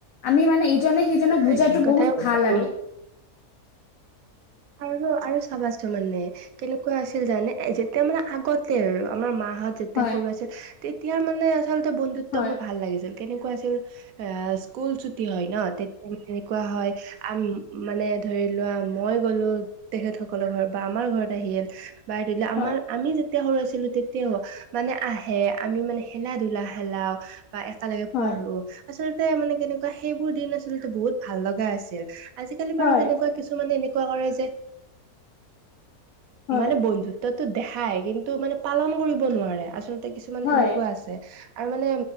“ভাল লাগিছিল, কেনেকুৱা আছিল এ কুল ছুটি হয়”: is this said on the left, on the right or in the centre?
Right